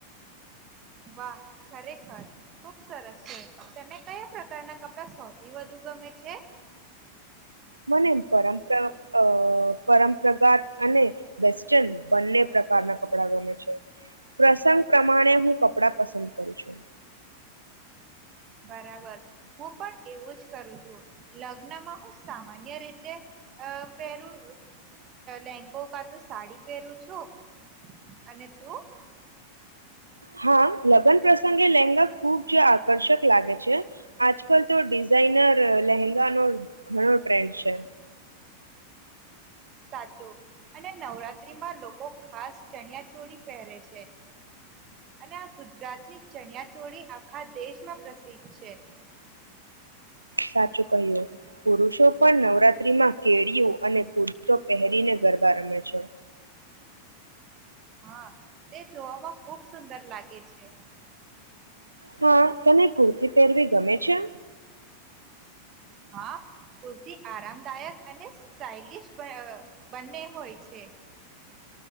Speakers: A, on the right; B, on the right.
A: વાહ, ખરેખર ખુબ સરસ છે, તને કયા પ્રકારના કપડા સોથી વધુ ગમે છે
B: મને, પરંપરા પરંપરાગાત અને વેસ્ટન બંને પ્રકારના કપડા ગમે છે પ્રસંગ પ્રમાણે હું કપડા પસંદ કરું છું
A: બરાબર હું, પણ એવું જ કરું છું લગ્નમાં હું, સામાન્ય અન્ય રીતે અ પહેરું લેંગો કા તું સાડી પહેરું છું અને તું
B: હા, લગ્ન પ્રસંગે લહેંગા ખુબ જ આકર્ષક લાગે છે આજકાલ તો ડિઝાઇનર લહેંગાનો ઘણો ટ્રેન્ડ છે.
A: સાચું, અને નવરાત્રીમાં લોકો ખાસ ચણિયા ચોડી પહેરે છે અને ગુજરાતની ચણિયાચોળી આખા દેશમાં પ્રસિદ્ધ છે.
B: સાચું કહ્યું, પુરુષો પણ નવરાત્રીમાં કેડિયું અને કુરતો પહેરીને ગરબા રમે છે
A: હા, તે જોવામાં ખુબ સુંદર લાગે છે
B: હા, તને કુર્તી પહેરવી ગમે છે.
A: હા કુર્તી આરામદાયક અને સ્ટાઇલિશ બને હોય છે.